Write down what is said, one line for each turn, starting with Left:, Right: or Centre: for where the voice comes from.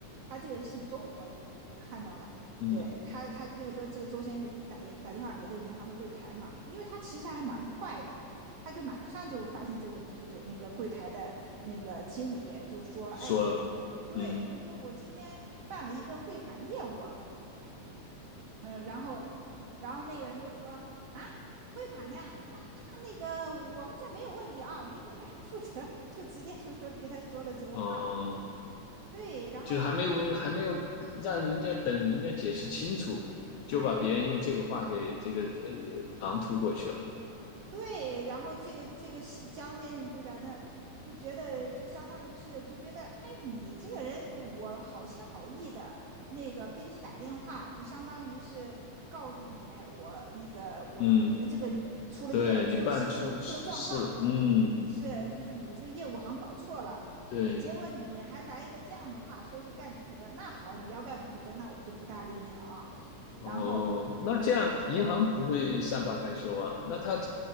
Right: 他这个人姓周，我我看到了。
Left: 嗯，
Right: 对他，他就说这个周先就打打电话给这个银行的柜台嘛，因为他其实还蛮快的，他就马上就发现这个问题，就给那个柜台的那个经理就说：
Left: 说了，
Right: “哎，我对，
Left: 嗯，
Right: 就说我今天办了一个汇款业务，嗯、呃然后，然后那个人就说啊，汇款的呀，那那那个我们这没有问题啊，李贵概不负责，<laughs> 就直接就说对他说了这个话了。
Left: 哦，
Right: 对，然后
Left: 就是还没有还没有让人家等人家解释清楚，就把别人用这个话给这个呃唐突过去了，
Right: 对，然后这个这个江先生就在那就觉得就相当于是就觉得，哎，你这个人我好心好意的那个跟你打电话，就相当于是告诉你我那个我你们这个出了业出了事就出了状况，
Left: 嗯，对你办出事，
Right: 对，
Left: 嗯，
Right: 是就是你这个业务好像搞错了。
Left: 对。
Right: 结果你还来一个这样的话，说是概不负责，那好，你要概不负责，那我就不搭理你了啊。
Left: 哦，
Right: 然后
Left: 那这样银行不会善罢甘休啊？那他